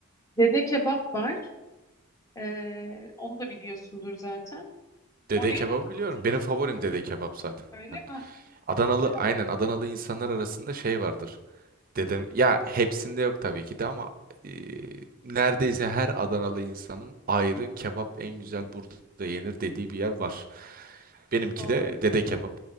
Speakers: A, on the left; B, on the right.
A: Dede Kebap var. Ee, onu da biliyorsundur zaten.
B: Dede
A: Oraya
B: kebabı
A: da kebap
B: biliyorum. Benim favorim dede kebap zaten.
A: öyle mi?
B: Adanalı
A: Ya,
B: aynen Adanalı insanlar arasında şey vardır. Dedem ya hepsinde yok tabii ki de ama e, neredeyse her Adanalı insanın ayrı kebap en güzel burada yenir dediği bir yer var. Benimki
A: doğru.
B: de dede kebap.